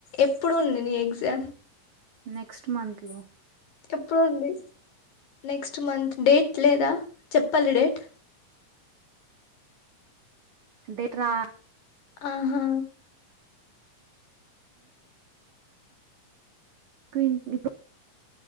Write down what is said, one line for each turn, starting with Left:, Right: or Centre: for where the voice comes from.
Left: ఎప్పుడుంది ఎగ్జామ్
Right: నెక్స్ట్ మంత్ లో
Left: ఎప్పుడుంది నెక్స్ట్ మంత్ డేట్ లేదా చెప్పాలి డేట్
Right: డేట రా
Left: ఆహా
Right: కు <unintelligible>